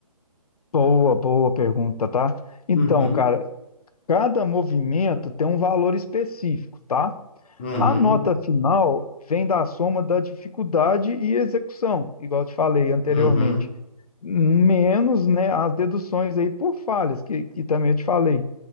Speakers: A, on the left (about 75°); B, on the left (about 15°).
A: Boa, boa pergunta, tá? Então,
B: Uhum,
A: cara, cada movimento tem um valor específico, tá?
B: uhum,
A: A nota final vem da soma da dificuldade e execução, igual eu te falei anteriormente.
B: uhum,
A: menos, né, as deduções aí por falhas, que, que também eu te falei.